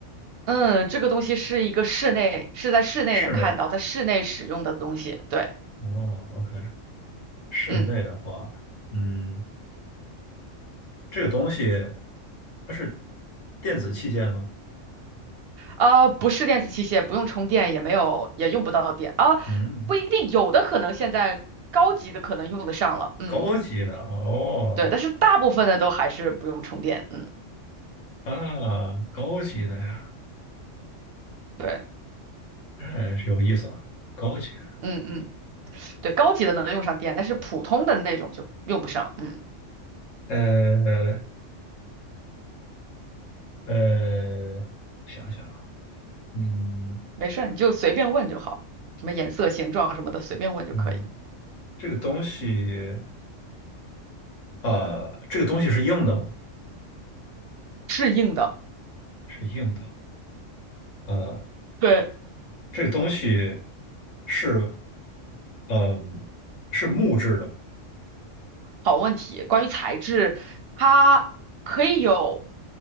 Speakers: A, on the right; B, on the left.
A: 嗯，这个东西是一个室内，是在室内能看到，
B: 室内的。
A: 在室内使用的东西。对，
B: 哦，OK，室内的话，
A: 嗯，
B: 嗯，这个东西它是电子器件吗？
A: 呃，不是电子器械，不用充电，也没有，也用不到电啊，
B: 嗯，
A: 不一定，有的可能现在高级的可能用得上了。嗯，
B: 高级的哦，
A: 对，但是大部分的都还是不用充电。嗯。
B: 啊，高级的呀，
A: 对，
B: 哎，有意思啊，高级的。
A: 嗯嗯，对，高级的能用上电，但是普通的那种就用不上。嗯，
B: 呃呃，想想啊，嗯
A: 没事儿，你就随便问就好，什么颜色、形状什么的，随便问就可以。
B: 嗯，这个东西啊，这个东西是硬的吗？
A: 适应的，
B: 是硬的。呃，
A: 对，
B: 这个东西是嗯，是木质的吗？
A: 好问题。关于材质，它可以有